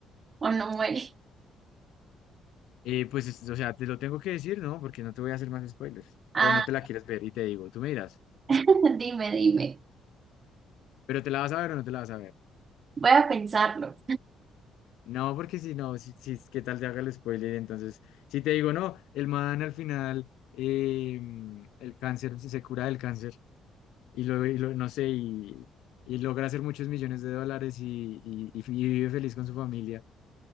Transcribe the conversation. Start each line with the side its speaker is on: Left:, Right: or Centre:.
Right: o no muere?
Left: eh, pues, es- o sea, te lo tengo que decir, ¿no? Porque no te voy a hacer más spoilers,
Right: Ah,
Left: o no te la quieres ver y te digo, tú me dirás,
Right: <laughs> dime, dime.
Left: pero ¿te la vas a ver o no te la vas a ver?
Right: Voy a pensarlo.
Left: No, porque si no, si, si es que tal te haga el spoiler, entonces, si te digo, no, el man al final, eh, el cáncer, se se cura del cáncer y lo, y lo- no sé, y, y logra hacer muchos millones de dólares y, y, y vive feliz con su familia.